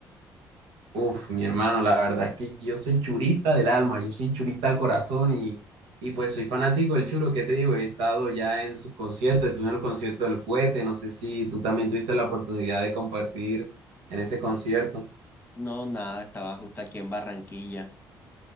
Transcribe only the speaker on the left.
No, nada, estaba justo aquí en Barranquilla.